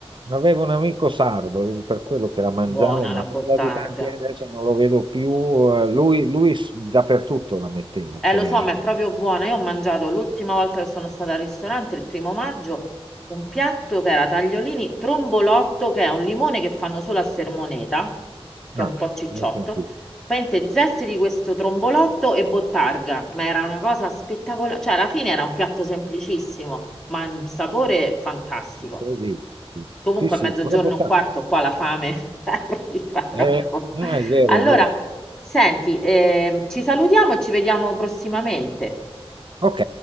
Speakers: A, on the right; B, in the centre.
A: Avevo un amico sardo, eh, per quello che la mangiavo,
B: Buona
A: ma
B: la bottarga.
A: sono passati tanti anni adesso non lo vedo più. eh, lui, lui s- dappertutto la metteva,
B: Eh,
A: sei...
B: lo so, ma è proprio buona. Io ho mangiato l'ultima volta che sono stata al ristorante, il primo maggio, un piatto che era tagliolini, trombolotto, che è un limone che fanno solo a Sermoneta, che
A: No,
B: è un po' cicciotto.
A: non ho sentito.
B: Praticamente zesti di questo trombolotto e bottarga, ma era una cosa spettacolare. Cioè, alla fine era un piatto semplicissimo, ma un sapore fantastico.
A: Così.
B: Comunque
A: Sì, sì,
B: a mezzogiorno
A: con la bottata.
B: e un quarto qua la fame <laughs> arriva tra
A: Eh,
B: un po'.
A: ah, è vero,
B: Allora,
A: è vero.
B: senti, eh, ci salutiamo e ci vediamo prossimamente.
A: Ok.